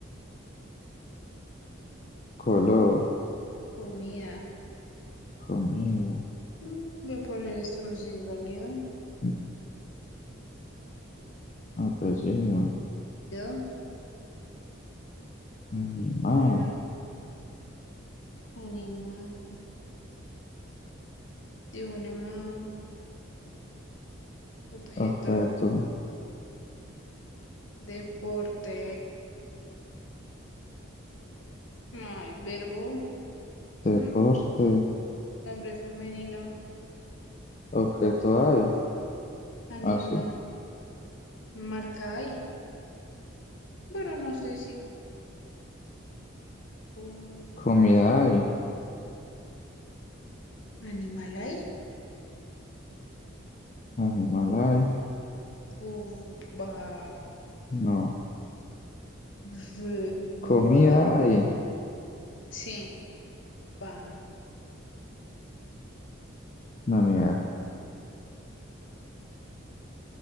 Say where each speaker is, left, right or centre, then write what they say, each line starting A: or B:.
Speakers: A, on the left; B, on the left.
A: color,
B: comida,
A: comida,
B: Mm, voy a poner esto, no sé si es válido,
A: mm, apellido,
B: válido,
A: animal,
B: Eh, animal, dibujo animal, objeto,
A: objeto,
B: deporte, ay, verbo,
A: deporte,
B: mm, hombre femenino,
A: objeto hay,
B: animal,
A: así,
B: marca ahí. Pero no sé si un
A: comida hay,
B: animal ahí.
A: animal hay,
B: Bu- ba-
A: no,
B: bu- bu-
A: comida hay,
B: Sí, va.
A: no, ni idea.